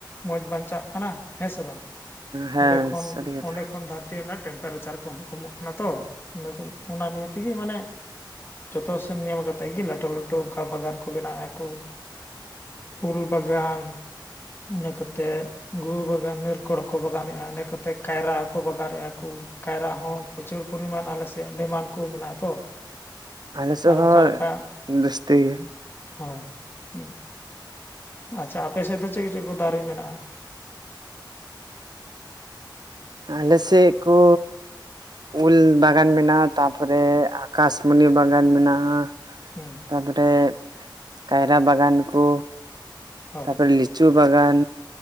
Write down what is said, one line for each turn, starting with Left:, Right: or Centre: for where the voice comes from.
Left: ᱢᱚᱡᱽ ᱵᱟᱧᱪᱟᱜ ᱠᱟᱱᱟ ᱦᱮᱸ ᱥᱮ ᱵᱟᱝ
Right: ᱦᱮᱸ
Left: ᱚᱸᱰᱮ ᱠᱷᱚᱱ
Right: ᱥᱟᱹᱨᱤ ᱠᱟᱛᱷᱟ᱾
Left: ᱚᱸᱰᱮ ᱠᱷᱚᱱ <unintelligible> ᱛᱮ ᱚᱱᱟ ᱴᱮᱢᱯᱟᱨᱮᱪᱟᱨ ᱠᱚᱦᱚᱸ ᱠᱚᱢᱚᱜ ᱠᱟᱱᱟ ᱛᱚ ᱚᱱᱟ ᱚᱱᱟ ᱱᱤᱭᱮ ᱛᱮᱜᱮ ᱢᱟᱱᱮ ᱡᱚᱛᱚ ᱥᱮᱱ ᱧᱮᱞ ᱠᱟᱛᱮᱫ ᱜᱮ ᱞᱟᱹᱴᱩ ᱞᱟᱹᱴᱩ ᱚᱱᱠᱟ ᱵᱟᱜᱟᱱ ᱠᱚ ᱵᱮᱱᱟᱣᱮᱜ-ᱟ ᱠᱚ, ᱩᱞ ᱵᱟᱜᱟᱱ, ᱤᱱᱟᱹ ᱠᱟᱛᱮᱫ ᱜᱩᱣᱟᱹ ᱵᱟᱜᱟᱱ ᱱᱤᱨᱠᱚᱲ ᱦᱚᱸᱠᱚ ᱵᱟᱜᱟᱱᱮᱫ-ᱟ ᱤᱱᱟᱹ ᱠᱟᱛᱮ ᱠᱟᱭᱨᱟ ᱦᱚᱸᱠᱚ ᱵᱟᱜᱟᱱᱮᱫ-ᱟ ᱠᱚ ᱠᱟᱭᱨᱟ ᱦᱚᱸ ᱯᱨᱚᱪᱩᱨ ᱯᱚᱨᱤᱢᱟᱱ ᱟᱞᱮᱥᱮᱫ ᱟᱹᱰᱤᱢᱟᱱ ᱾ ᱠᱚ ᱢᱮᱱᱟᱜ ᱟ ᱛᱚ <unintelligible>
Right: ᱟᱞᱮ ᱥᱮᱫ
Left: ᱟᱨ
Right: ᱦᱚᱸ
Left: ᱚᱱᱠᱟ ᱞᱮᱠᱟ
Right: ᱡᱟᱹᱥᱛᱤ ᱜᱮ
Left: ᱦᱳᱭ ᱦᱩᱸ ᱟᱪᱪᱷᱟ ᱟᱯᱮ ᱥᱮᱫ ᱫᱚ ᱪᱮᱫ ᱠᱚ ᱪᱮᱫ ᱠᱚ ᱫᱟᱨᱮ ᱢᱮᱱᱟᱜ-ᱟ?
Right: ᱟᱞᱮᱥᱮᱫ ᱠᱚ ᱩᱞ ᱵᱟᱜᱟᱱ ᱢᱮᱱᱟᱜ-ᱟ ᱛᱟᱯᱚᱨᱮ ᱟᱠᱟᱥᱢᱚᱱᱤ ᱵᱟᱜᱟᱱ ᱢᱮᱱᱟᱜ-ᱟ ᱾
Left: ᱦᱩᱸ
Right: ᱛᱟᱯᱚᱨᱮ ᱠᱟᱭᱨᱟ ᱵᱟᱜᱟᱱ ᱠᱚ,
Left: ᱦᱳᱭ
Right: ᱛᱟᱯᱚᱨᱮ ᱞᱤᱪᱩ ᱵᱟᱜᱟᱱ,